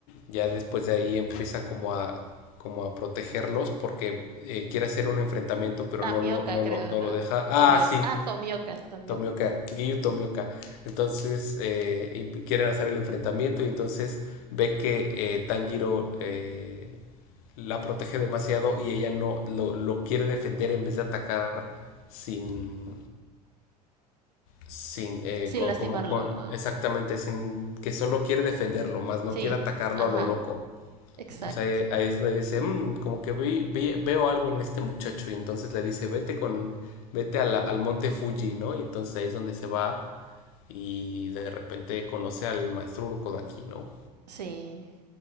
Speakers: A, on the left (about 60°); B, on the right (about 75°).
A: ya después de ahí empieza como a, como a protegerlos porque eh, quiere hacer un enfrentamiento, pero
B: Tamioka,
A: no lo, no
B: creo,
A: lo, no
B: ¿no?
A: lo deja. Ah,
B: Tomioka.
A: sí,
B: Ah, Tomioka, Tomioka,
A: Tomioka, Giyu
B: sí.
A: Tomioka. Entonces eh, quieren hacer el enfrentamiento y entonces ve que eh, Tanjiro eh, la protege demasiado y ella no lo, lo quiere defender en vez de atacar sin, sin, eh,
B: Sin
A: co-
B: lastimarlo.
A: como con, exactamente, sin, que solo quiere defenderlo, más no
B: Sí,
A: quiere atacarlo
B: ajá,
A: a lo loco.
B: exacto.
A: Entonces ahí, ahí es donde dice, "Mm, como que vi- vi- veo algo en este muchacho, y entonces le dice, vete con, vete a la- al monte Fuji, ¿no? Y entonces ahí es donde se va y de repente conoce al maestro Urokodaki, ¿no?
B: Sí.